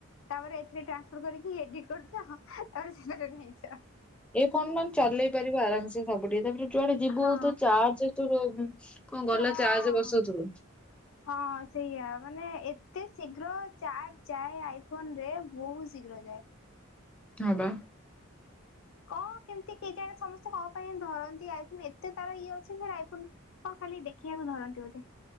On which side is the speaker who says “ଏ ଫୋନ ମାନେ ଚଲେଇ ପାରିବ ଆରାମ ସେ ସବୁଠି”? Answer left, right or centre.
Centre